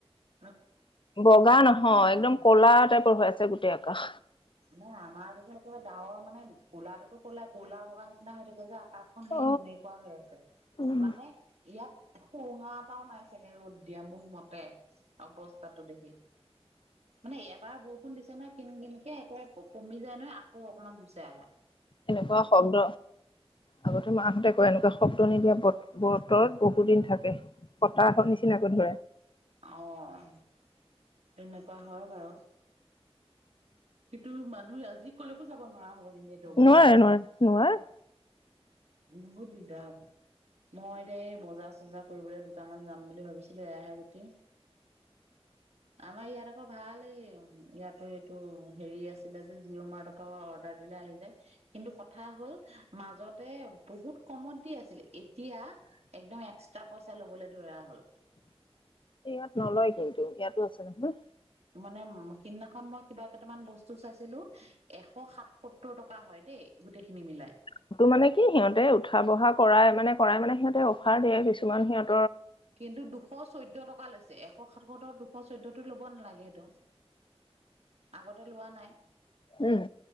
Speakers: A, on the right; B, on the left.
A: <unintelligible>
B: বগা নহয়
A: নাই
B: একদম কলা টাইপৰ হৈ আছে গোটেই আকাশ।
A: নে আমাৰ বিষেশকৈ ডাঙৰ মানে ক'লাটোতো ক'লা কলা বগাৰ নিচিনা হৈ থাকে যে। আকাশখন সেই
B: অ
A: তেনেকুৱা হৈ আছে
B: উম
A: মানে ইয়াত। সু হা এটাও নাই চাগে ৰ'দ দিয়া মোৰ মতে। অৱস্থাটো দেখি। মানে এবাৰ বৰষুণ দিছে ন কিন কিন। একোৰে কমি যায় নহয় আকৌ অকমান জুচে আহা।
B: এনেকুৱা শব্দ আগতে মাক। বহুতেই কয় এনেকুৱা শব্দ নিদিয়া বতৰত বহুত দিন থাকে। কটা এখন নিচিনাকৈ ধৰে।
A: অ তেনেকুৱা হয় বাৰু। উ। উ মানুহে আজি ক'লেকো যাব নোৱাৰা। হ'ব কিন্তু এইটো অৱস্থাত
B: নোৱাৰে নোৱাৰে নোৱাৰে।
A: বহুত দিগদাৰ হ'ব মই এতিয়া এই বজাৰ চজাৰ কৰিবলৈ দুটামান যাম বুলি ভাবিছিলোঁ। এয়াহে গটি আমাৰ ইয়াত আকৌ ভাল এই ইয়াতো এইটো হেৰি আছিলে যে জিঅ' মাৰ্ট আকৌ অৰ্ডাৰ দিলে আহি যায়। কিন্তু কথা হ'ল। মাজত। বহুত কমত দি আছিলে। এতিয়া একদম এক্সট্ৰা পইচা ল'বলৈ ধৰা হ'ল।
B: ইয়াত নলয় কিন্তু ইয়াতো আছে নহয়।
A: মানে সিদিনাখন মই কিবা কেইটামান বস্তু। বস্তু চাইছিলোঁ এশ সাতসত্তৰ টকা। থকা হয় দেই। গোটেইখিনি মিলাই
B: সেটো মানে কি সিহঁতে উঠা বহা। কৰাই মানে কৰাই মানে সিহঁতে অফাৰ দিয়ে কিছুমান সিহঁত।
A: কিন্তু দুশ চৈধ্যয় টকা লৈছে। এশ সাতসত্তৰ দুশ চৈধ্যটো ল'ব নালাগে সেইটো। আগতে লোৱা নাই।
B: উম